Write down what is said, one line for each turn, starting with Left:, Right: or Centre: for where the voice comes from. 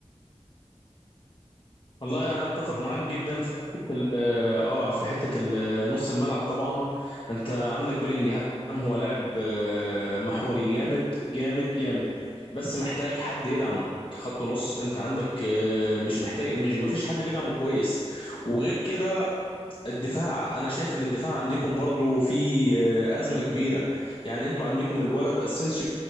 Left: والله
Right: انت شايف
Left: انا اتفق
Right: إيه؟
Left: معاك جدا في حته ال- اه آه، في حته ال- نص الملعب طبعا انت عندك بيلينجهام هو لاعب آه، محوري جامد جامد جامد بس محتاج حد يدعمه كخط نص انت عندك آه، مش محتاج مش مفيش حد بيدعمه كويس وغير كده الدفاع انا شايف ان الدفاع عندكم برضو في آه، ازمه كبيره يعني انتوا عندكم الولد اسينسيو